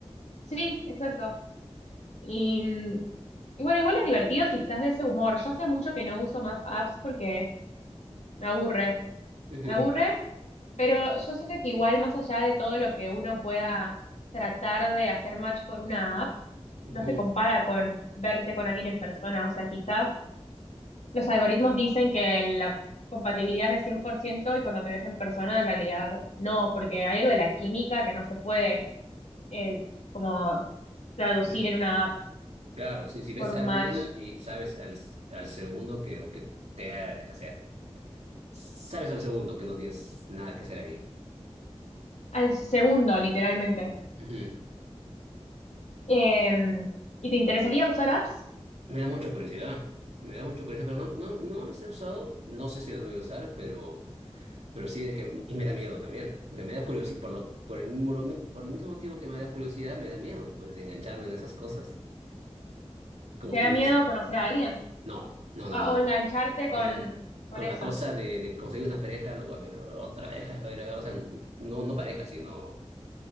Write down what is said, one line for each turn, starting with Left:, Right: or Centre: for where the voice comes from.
Left: sí, exacto. Y, y bueno, igual es divertido si estás de ese humor. Yo hace mucho que no uso más apps porque me aburre,
Right: Ujú,
Left: me aburre, pero yo siento que igual más allá de todo lo que uno pueda tratar de hacer match por una app,
Right: ujú.
Left: no se compara con verte con alguien en persona. O sea, quizás Los algoritmos dicen que la compatibilidad es de 100% y cuando te ves en persona en realidad no, porque hay algo de la química que no se puede eh, como traducir
Right: Sí.
Left: en una app
Right: Claro, sí, si ves
Left: por un
Right: a
Left: match
Right: alguien y sabes al, al segundo que aunque te, ha- o sea, sabes al segundo que no tienes nada que hacer ahí.
Left: al segundo, literalmente.
Right: Ujú.
Left: Eh, ¿y te interesaría usar apps?
Right: Me da mucha curiosidad, me da mucha curiosidad, pero no, no, no los he usado, no sé si los voy a usar, pero Pero sí, de que, y me da miedo también. O sea, me da curiosidad, por lo, por el mismo, lo mi- por el mismo motivo que me da curiosidad, me da miedo, pues, de engancharme en esas cosas. Como
Left: ¿Te da
Right: tú dices,
Left: miedo conocer a alguien?
Right: no, no, no,
Left: Ah,
Right: no,
Left: o
Right: no.
Left: engancharte
Right: Me
Left: con,
Right: da-
Left: con
Right: con
Left: eso.
Right: la cosa de, de conseguir una pareja, luego a ver otra pareja, a ver, o sea, no, no pareja, sino